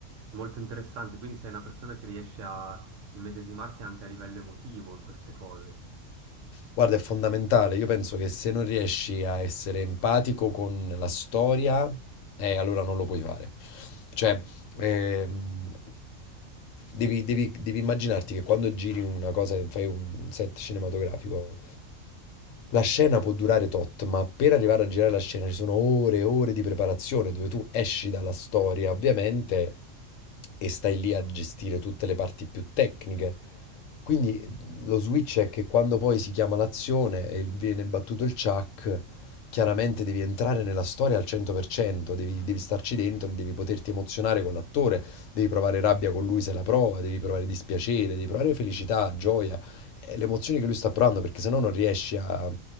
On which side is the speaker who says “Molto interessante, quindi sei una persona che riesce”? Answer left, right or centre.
Right